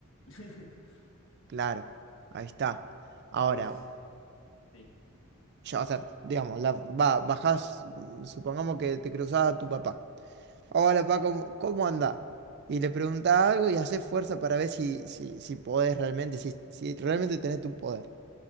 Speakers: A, on the left; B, on the right.
A: <laughs>
B: Claro, ahí está. Ahora,
A: Pues sí.
B: ya, o sea, digamos, la, ba- bajás, mm, supongamos que te cruzás a tu papá. Hola, papá, ¿cómo, cómo andás? Y le preguntás algo y haces fuerza para ver si, si, si podés realmente, si, si realmente tenés tu poder.